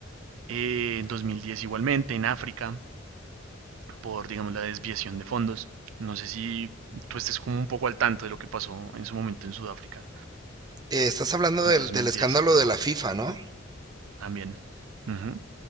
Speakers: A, on the right (about 85°); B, on the right (about 20°).
A: Eh, en 2010 igualmente, en África por, digamos, la desviación de fondos. No sé si tú estés como un poco al tanto de lo que pasó en su momento en Sudáfrica,
B: Eh, estás hablando
A: en
B: del,
A: 2010
B: del escándalo de la FIFA, ¿no?
A: también. Ujú,